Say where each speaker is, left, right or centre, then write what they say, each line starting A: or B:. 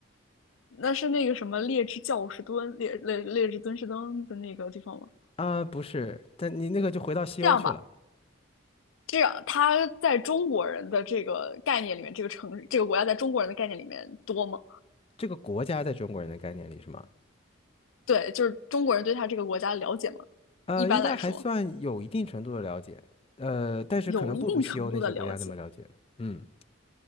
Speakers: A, on the left (about 85°); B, on the left (about 30°).
A: 那是那个什么劣质教士敦劣劣劣质敦士登的那个地方吗？
B: 啊，不是，但你那个就回到西欧去了。
A: 这样吧，这样他在中国人的这个概念里面，这个城这个国家在中国人的概念里面多吗？
B: 这个国家在中国人的概念里是吗？
A: 对，就是中国人对他这个国家了解吗？
B: 呃，
A: 一般来说，
B: 应该还算有一定程度的了解，呃，但是可能不如西欧那些国家那么了解。
A: 有一定程度的了解。
B: 嗯，